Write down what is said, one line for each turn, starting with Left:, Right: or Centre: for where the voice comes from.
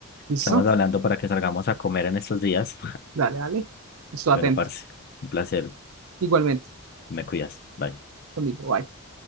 Right: ¿Listo?
Left: estamos hablando para que salgamos a comer en estos días.
Right: Dale, dale. Estoy
Left: Bueno,
Right: atento.
Left: parce, un placer.
Right: Igualmente,
Left: Me cuidas. Bye.
Right: lo mismo. Bye.